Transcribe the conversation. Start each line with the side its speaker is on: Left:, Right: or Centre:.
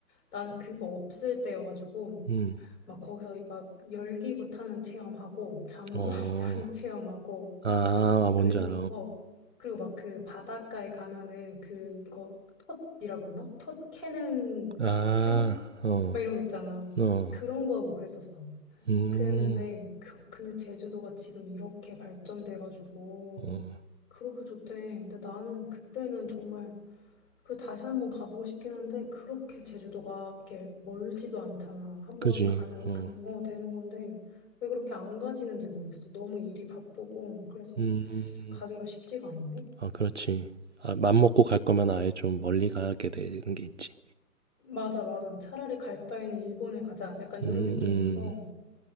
Left: 나는 그거 없을 때여가지고
Right: 음,
Left: 막 거기서 막 열기구 타는 체험하고 잠수함
Right: 어,
Left: <laughs> 타는 체험하고
Right: 아, 아, 뭔지
Left: 그리고
Right: 알아.
Left: 어 그리고 막 그 바닷가에 가면은 그거 톳이라 그러나? 톳 캐는
Right: 아,
Left: 체험?
Right: 어,
Left: 막 이런 거 있잖아.
Right: 어,
Left: 그런 거 하고 그랬었어.
Right: 음,
Left: 그랬는데 그, 그 제주도가 지금 이렇게 발전돼가지고
Right: 어,
Left: 그렇게 좋대. 근데 나는 그때는 정말 그리고 다시 한번 가보고 싶긴 한데 그렇게 제주도가 이렇게 멀지도 않잖아. 한번
Right: 그지,
Left: 가면
Right: 어,
Left: 금, 어, 되는 건데 왜 그렇게 안 가지는지 모르겠어. 너무 일이 바쁘고 그래서
Right: 음. 음.
Left: 가기가 쉽지가 않네.
Right: 아, 그렇지. 아, 맘먹고 갈 거면 아예 좀 멀리 가게 되는 게 있지.
Left: 맞아, 맞아. 차라리 갈 바에는 일본을 가자. 약간 이런
Right: 음,
Left: 느낌이어서.
Right: 음.